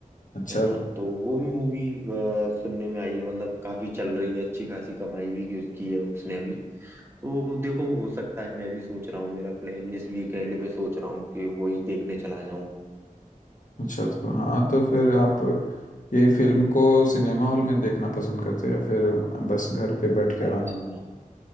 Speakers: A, on the left; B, on the right.
A: अच्छा
B: है ना तो वो भी मूवी सुनने में आई है मतलब काफी चल रही है अच्छी खासी कमाई भी की की है उसने अभी तो देखो हो सकता है मैं भी सोच रहा हूँ मेरा प्लान इस वीकेंड पे सोच रहा हूँ कि वही देखने चला जाऊं
A: अच्छा तो हाँ तो फिर आप यही फिल्म को सिनेमा हॉल में देखना पसंद करते हैं या फिर बस घर पे बैठ के
B: हर
A: आराम
B: बंदा